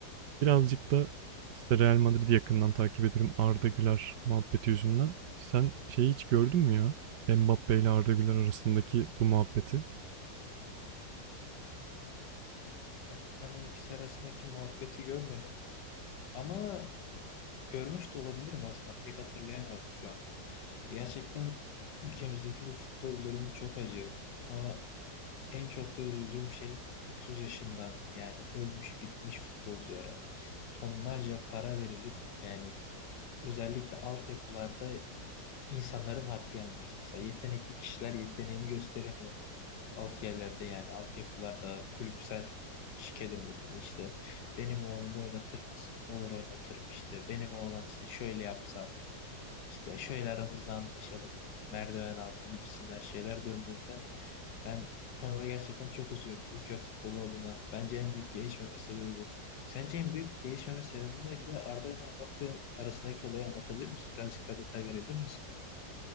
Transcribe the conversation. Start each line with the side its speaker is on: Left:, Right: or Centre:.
Right: Birazcık da işte Real Madrid'i yakından takip ediyorum Arda Güler muhabbeti yüzünden. Sen şeyi hiç gördün mü ya? Mbappe ile Arda Güler arasındaki bu muhabbeti.
Left: Yani ben o ikisi arasındaki muhabbeti görmedim. Ama görmüş de olabilirim aslında. Pek hatırlayamadım şu anda. Gerçekten ülkemizdeki bu futbol durumu çok acı. Ama En çok da üzüldüğüm şey 30 yaşından yani ölmüş bitmiş futbolculara tonlarca para verilip yani özellikle altyapılarda insanların hakkı yenmesi. Mesela yetenekli kişiler yeteneğini gösteremiyor. Alt yerlerde yani altyapılarda kulüpsel şike döneminde işte benim oğlumu oynatırmasın. Olur oynatırım işte. Benim oğlan işte şöyle yapsa işte şöyle aramızda anlaşalım. Merdiven altı gibisinden şeyler döndüğünde ben bu konuda gerçekten çok üzülüyorum ülke futbolu adına. Bence en büyük gelişmeme sebebi bu. Sence en büyük gelişmeme sebebi ne? Bir de Arda ile Mbappe arasındaki olayı anlatabilir misin? Birazcık daha detay verebilir misin?